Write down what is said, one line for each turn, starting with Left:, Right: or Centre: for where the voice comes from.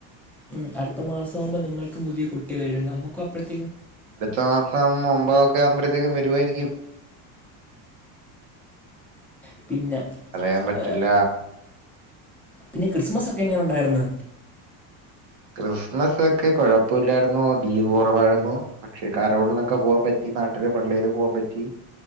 Centre: ഉം അടുത്ത മാസമാവുമ്പോൾ നിങ്ങൾക്കും പുതിയ കുട്ടികളഴൂ നമുക്ക് അപ്പഴത്തെ
Right: അടുത്ത മാസം ഒമ്പതൊക്കെ ആവുമ്പോഴത്തേക്കും വരുവായിരിക്കും
Centre: ഉം പിന്നെ
Right: അറിയാൻ പറ്റില്ല
Centre: ഏ, പിന്നെ ക്രിസ്മസ് ഒക്കെ എങ്ങനെ ഉണ്ടായിരുന്നു
Right: ക്രിസ്മസ് ഒക്കെ കുഴപ്പില്ലായിരുന്നു ലീവ് കുറവായിരുന്നു പക്ഷെ കരോളിനൊക്കെ പോവാൻ പറ്റി നാട്ടിലെ പള്ളിയില് പോകാൻ പറ്റി